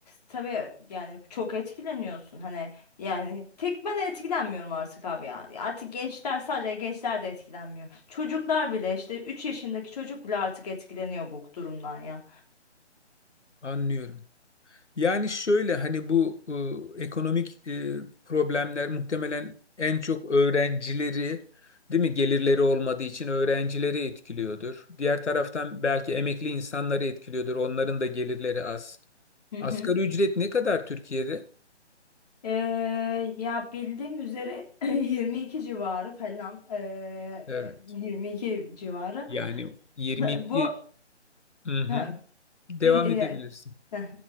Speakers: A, on the left; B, on the left.
A: tabii yani çok etkileniyorsun hani yani tek ben etkilenmiyorum artık abi ya. Artık gençler sadece gençler de etkilenmiyor. Çocuklar bile işte 3 yaşındaki çocuk bile artık etkileniyor bu durumdan ya.
B: anlıyorum. Yani şöyle hani bu e, ekonomik e, problemler muhtemelen en çok öğrencileri değil mi gelirleri olmadığı için öğrencileri etkiliyordur. Diğer taraftan belki emekli insanları etkiliyordur. Onların da gelirleri az.
A: Hı
B: Asgari
A: hı.
B: ücret ne kadar Türkiye'de?
A: Ee, ya bildiğim üzere <clears throat> 22 civarı falan ee,
B: Evet.
A: 22 civarı
B: Yani 22
A: <laughs> bu
B: hı hı.
A: <laughs>
B: Devam
A: Din,
B: edebilirsin.
A: e, Hı. <laughs>